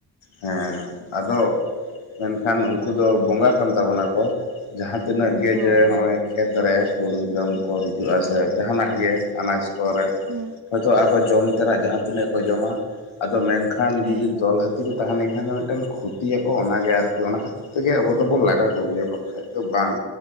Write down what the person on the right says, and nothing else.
ᱦᱳᱭ
ᱦᱳᱭ
ᱦᱩᱸ
ᱦᱮᱸ